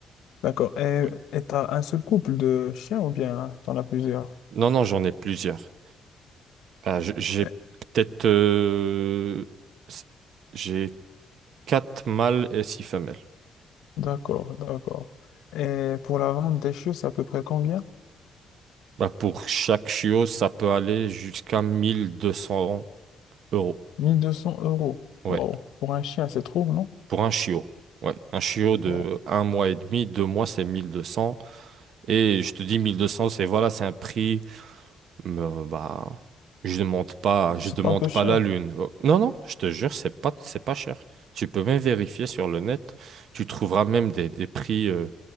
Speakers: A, on the left (about 80°); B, on the right (about 70°).
A: D'accord. Et
B: Ouais.
A: et t'as un seul couple de chiens ou bien t'en as plusieurs?
B: Non, non, j'en ai plusieurs. Ah, je- j'ai
A: Eh,
B: peut-être... euh, s- j'ai quatre mâles et six femelles.
A: D'accord, d'accord. Et pour la vente des chiens, c'est à peu près combien?
B: Bah, pour chaque chiot, ça peut aller jusqu'à mille deux cents euros.
A: mille deux cents euros.
B: Ouais.
A: Wow. Pour un chien, c'est trop, non?
B: Pour un chiot. Ouais, un chiot de
A: Wow.
B: un mois et demi, deux mois, c'est 1200. Et je te dis 1200, c'est voilà, c'est un prix. me- bah, je demande pas, je
A: C'est
B: demande
A: pas un peu
B: pas
A: cher.
B: la lune. Oh, Non, non, je te jure, c'est pas, c'est pas cher. Tu peux même vérifier sur le net. Tu trouveras même des, des prix euh,